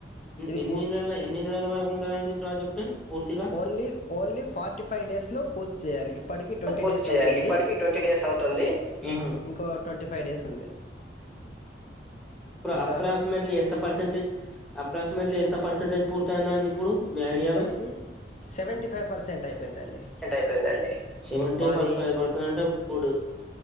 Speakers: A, on the left; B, in the centre.
A: ఇది
B: అన్నటివరకుంటుందండి
A: పూ
B: ప్రాజెక్టు. ఉమ్ పూర్తిగా
A: only only forty five days లో పూర్తి చేయాలి ఇప్పటికి ట్వంటీ
B: పూర్తి
A: డేస్
B: చెయ్యాలి
A: అవుతుంది
B: ఎప్పటికి టోంటి డేస్ అవుతుంది ఉహు
A: ఇంకో ట్వంటీ ఫైవ్ డేస్ ఉంది ఇంకా
B: అప్ర స్మెంటిలి ఎంత పర్సెంట్జి అప్రస్. ఇంనేట్లి ఎంత పసంటేజ్ పూర్. ఇత్తనండి ఇప్పుడు. మీ ఐడియాలు,
A: ఇప్పటికి సెవెంటీ ఫైవ్ పర్సెంట్ అయిపోయిందండి
B: సిమెంట్ అవుపోయిందండి సేవంటి
A: మాది
B: ఫైవ్ పర్సెంట్ అంటే ఉడుస్